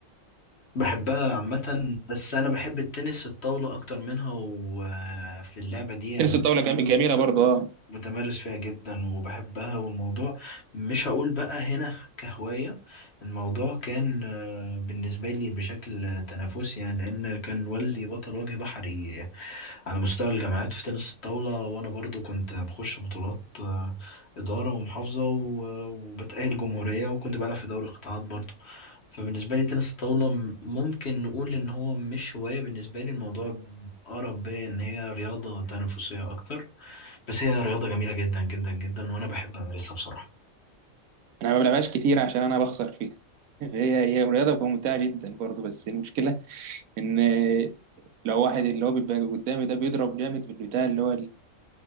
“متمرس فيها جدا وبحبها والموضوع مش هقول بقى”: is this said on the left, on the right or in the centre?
Left